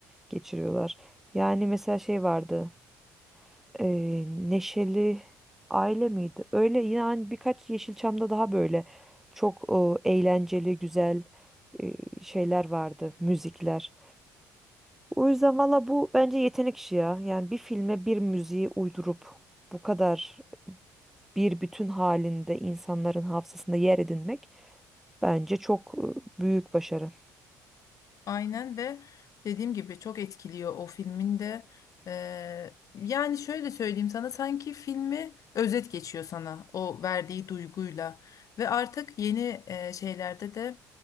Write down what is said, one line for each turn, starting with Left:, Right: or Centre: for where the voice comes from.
Centre: geçiriyorlar. Yani mesela şey vardı. e, Neşeli Aile miydi? Öyle yani birkaç Yeşilçam'da daha böyle çok e, eğlenceli, güzel e, şeyler vardı, müzikler. O yüzden valla bu bence yetenek işi ya. Yani bir filme bir müziği uydurup bu kadar bir bütün halinde insanların hafızasında yer edinmek bence çok e, büyük başarı.
Left: Aynen ve dediğim gibi çok etkiliyor o filmin de. Eee, yani şöyle söyleyeyim sana sanki filmi özet geçiyor sana o verdiği duyguyla. Ve artık yeni eee, şeylerde de